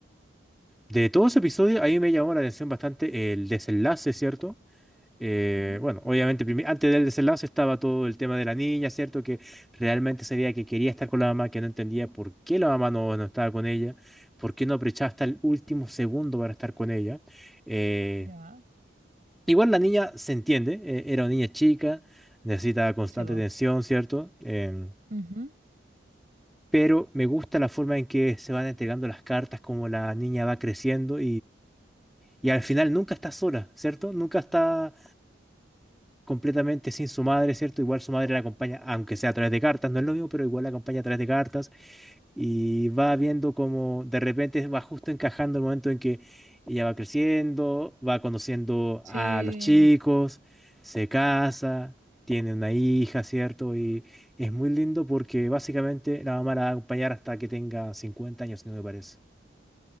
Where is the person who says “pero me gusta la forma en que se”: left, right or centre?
Centre